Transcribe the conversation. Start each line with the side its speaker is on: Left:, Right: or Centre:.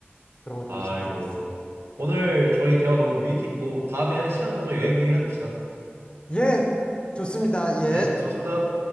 Left: 그런 것들이
Right: 아이고.
Left: 참 좋았어요.
Right: 오늘
Left: 예.
Right: 저희 대화 너무 유익했고, 다음에 시간 나면 또 여행 얘기합시다.
Left: 예. 좋습니다. 예.
Right: 네, 수고하셨습니다.